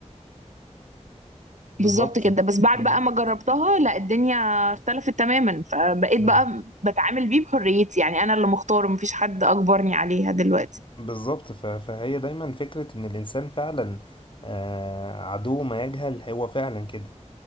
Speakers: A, on the left; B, on the right.
A: بالظبط
B: بالظبط كده بس بعد
A: مم.
B: بقى ما جربتها لا الدنيا اختلفت تماما فبقيت
A: مم.
B: بقى بتعامل بيه بحريتي يعني انا اللي مختاره مفيش حد اجبرني عليها دلوقتي
A: بالظبط ف- فهي دايما فكرة إن الإنسان فعلا آه، عدو ما يجهل هو فعلا كده